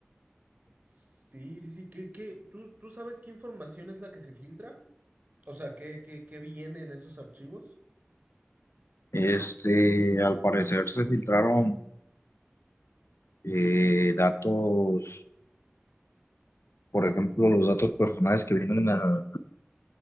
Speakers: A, on the right (about 40°); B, on the left (about 80°).
A: Sí, sí, sí, ¿qué, qué? ¿Tú, tú sabes qué información es la que se filtra? O sea, ¿qué, qué, qué viene en esos archivos?
B: Este, al parecer se filtraron eh, datos, por ejemplo, los datos personales que vienen en, la